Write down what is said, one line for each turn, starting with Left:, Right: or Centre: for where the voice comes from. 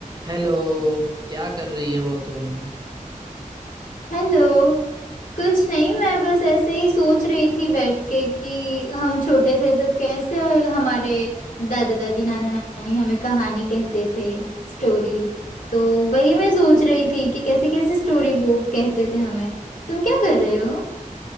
Right: Hello क्या कर रही हो तुम
Left: हेलो कुछ नहीं मैं बस ऐसे ही सोच रही थी बैठ के कि हम छोटे थे तब कैसे हमारे दादा दादी नाना नानी हमें कहानी कहते थे स्टोरी तो वही मैं सोच रही थी कि कैसे कैसे स्टोरी बुक कहते थे हमें तुम क्या कर रहे हो